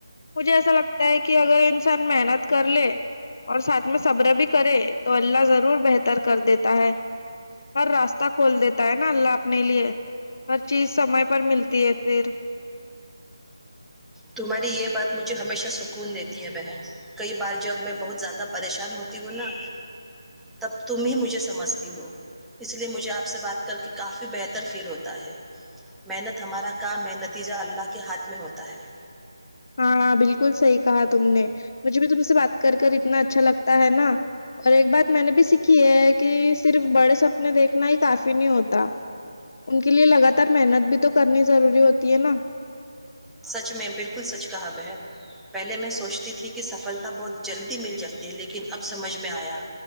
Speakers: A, on the left; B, in the centre.
A: مجھے ایسا لگتا ہے کہ اگر انسان محنت کر لے اور ساتھ میں صبر بھی کرے تو اللہ ضرور بہتر کر دیتا ہے ہر راستہ کھول دیتا ہے نا اللہ اپنے لیے ہر چیز سمے پر ملتی ہے پھر
B: تمہاری یہ بات مجھے ہمیشہ سکون دیتی ہے بہن کئی بار جب میں بہت زیادہ پریشان ہوتی ہوں نا تب تم ہی مجھے سمجھتی ہو اس لیے مجھے آپ سے بات کر کے کافی بہتر فیل ہوتا ہے محنت ہمارا کام ہے نتیجہ اللہ کے ہاتھ میں ہوتا ہے
A: ہاںاں بالکل صحیح کہا تم نے مجھے بھی تم سے بات کر کر اتنا اچھا لگتا ہے نا اور ایک بات میں نے بھی سیکھی ہے کہ صرف بڑے سپنے دیکھنا ہی کافی نہیں ہوتا ان کے لیے لگاتار محنت بھی تو کرنی ضروری ہوتی ہے نا
B: سچ میں بالکل سچ کہا بہن پہلے میں سوچتی تھی کہ سفلتا بہت جلدی مل جاتی ہے لیکن اب سمجھ میں آیا